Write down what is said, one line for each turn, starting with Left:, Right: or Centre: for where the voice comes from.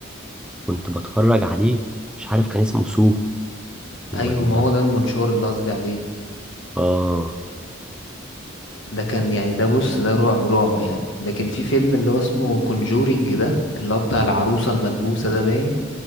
Centre: كنت بتفرج عليه مش عارف كان اسمه سو ولا
Left: ايوه ما هو ده المنشار اللي قصدي عليه
Centre: اه
Left: ده كان يعني ده بص ده رعب رعب يعني لكن في فيلم اللي هو اسمه كونجورينج ده اللي هو بتاع العروسة الملبوسة ده باين